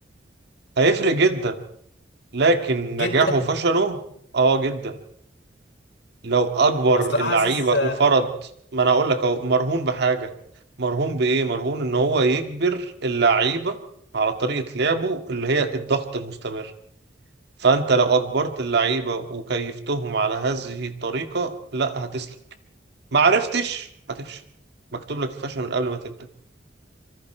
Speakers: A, on the right; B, on the left.
A: هيفرق جدا لكن
B: جدا
A: نجاحه وفشله اه جدا لو اجبر
B: اصل أنا
A: اللعيبه
B: حاسس
A: وفرض ما انا اقول لك اهو مرهون بحاجه مرهون بايه مرهون ان هو يجبر اللعيبه على طريقه لعبه اللي هي الضغط المستمر فانت لو اجبرت اللعيبه وكيفتهم على هذه الطريقه لا هتسلك ما عرفتش هتفشل مكتوب لك الفشل من قبل ما تبدا